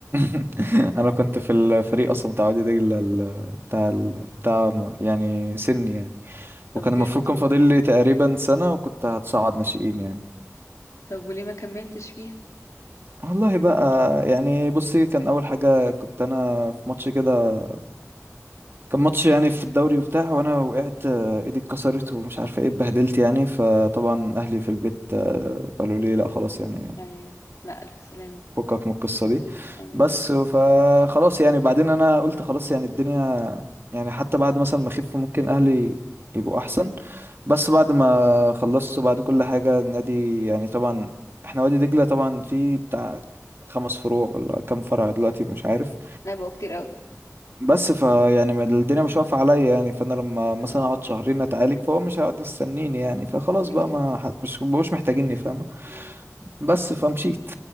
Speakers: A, on the right; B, on the left.
A: <laughs> انا كنت في الفريق اصلا بتاع وادي دجله ال- بتاع ال... بتاع م- يعني سني يعني
B: طب
A: وكان المفروض
B: جامد
A: كان
B: والله
A: فاضل لي تقريبا سنه وكنت هتصعد ناشئين يعني
B: طب وليه ما كملتش فيها
A: والله بقى يعني بصي كان اول حاجه كنت انا في ماتش كده كان ماتش يعني في الدوري وبتاع وانا وقعت آه، ايدي اتكسرت ومش عارفه ايه اتبهدلت يعني فطبعا اهلي في البيت آه، قالوا لي لا خلاص يعني
B: ايوه لا الف سلامة
A: فكك من القصه دي
B: ايوه
A: بس فخلاص يعني بعدين انا قلت خلاص يعني الدنيا يعني حتى بعد مثلا ما اخف ممكن اهلي يبقوا احسن بس بعد ما خلصت وبعد كل حاجة النادي يعني طبعا احنا وادي دجلة طبعا فيه بتاع خمس فروع ولا كام فرع دلوقتي مش عارف
B: لا بقوا كتير قوي
A: بس فيعني ما- الدنيا مش واقفة عليا يعني فانا لما مثلا
B: اه
A: اقعد شهرين اتعالج فهو مش هيقعد مستنيني يعني فخلاص بقى
B: اكيد
A: ما حد مش مش محتاجيني فاهمة
B: مم.
A: بس فمشيت